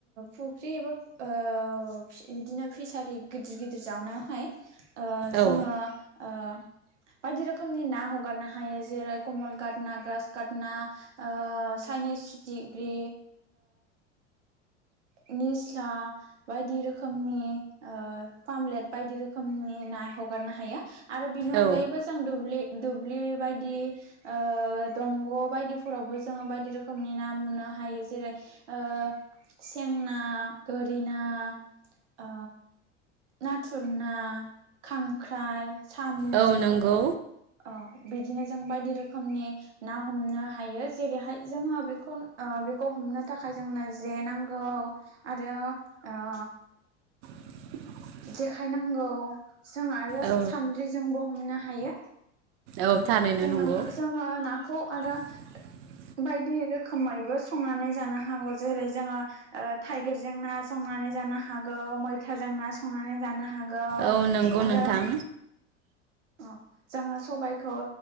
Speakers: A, on the right; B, on the right.
A: फुख्रि एबा ओ बिदिनो फिसारि गिदिर गिदिर जावनोहाय जोङो
B: औ
A: ओ बायदि रोखोमनि ना हगारनो हायो जेरै कमल काट ना ग्रास काट ना ओ चाइनिस चिटिग्रि निस्ला बायदि रोखोमनि पामलेट बायदि रोखोमनि ना हगारनो हायो। आरो बिनि
B: औ
A: अनगायैबो जों दुब्लि बायदि ओ दंग' बायदिफोरावबो जोङो बायदि रोखोमनि ना मोननो हायो जेरै ओ सेंना, गोरिना ओ नाथुर ना, खांख्राइ, साम'
B: औ नंगौ
A: औ बिदिनो जों बायदि रोखोमनि ना हमनो हायो जेरैहाय जोङो बेखौ बेखौ हमनो थाखाय जोंनो जे नांगौ। आरो ओ
B: <inaudible>
A: जेखाय नांगौ जों आरो
B: औ
A: सान्द्रिजोंबो हमनो हायो
B: औ थारैनो
A: जों
B: नंगौ
A: जोङो नाखौ आरो
B: <inaudible>
A: बायदि रोखोमैबो संनानै जानो हागौ जेरै जोङो थाइगिरजों ना संनानै जानो हागौ मैथाजों ना संनानै जानो हागौ
B: औ नंगौ
A: आरो
B: नोंथां
A: अ जोडों सबायाइखौ